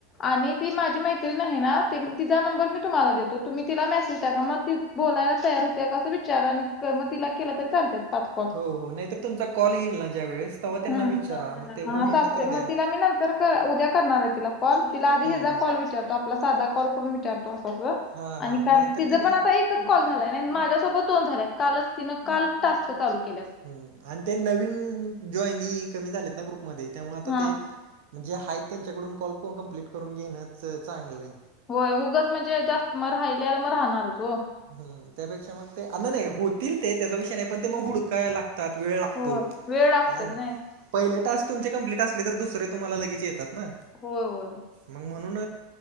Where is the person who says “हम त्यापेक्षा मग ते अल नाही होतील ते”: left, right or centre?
Right